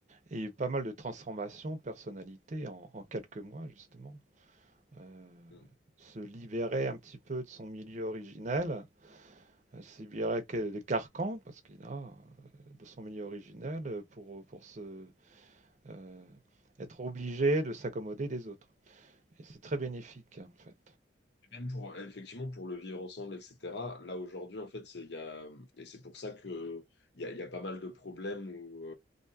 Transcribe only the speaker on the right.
Et il y a eu pas mal de transformations de personnalités en, en quelques mois, justement. Euh,
se libérer un petit peu de son milieu originel, euh, se libérer que- des carcans, parce qu'il a euh, de son milieu originel euh, pour, pour se, euh, être obligé de s'accommoder des autres. Et c'est très bénéfique, en fait.